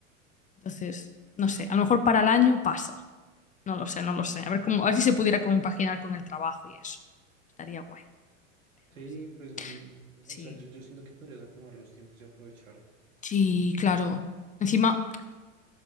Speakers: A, on the left; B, on the right.
A: Entonces, no sé, a lo mejor para el año pasa. No lo sé, no lo sé. A ver cómo, a ver si se pudiera compaginar con el trabajo y eso. Estaría guay, pero
B: Sí,
A: no sé.
B: pues, me-
A: Sí.
B: o sea, yo, yo siento que podrías acomodar los tiempos y aprovechar.
A: Sí, claro. Encima.